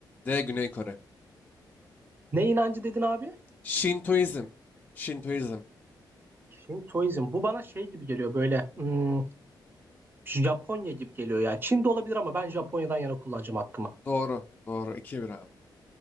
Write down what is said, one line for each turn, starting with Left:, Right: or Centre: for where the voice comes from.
Left: D. Güney Kore
Right: Ne inancı dedin abi?
Left: Şintoizm. Şintoizm.
Right: Şintoizm. Bu bana şey gibi geliyor böyle hmm, Japonya gibi geliyor ya. Çin'de olabilir ama ben Japonya'dan yana kullanacağım hakkımı.
Left: Doğru. Doğru. iki bir abi.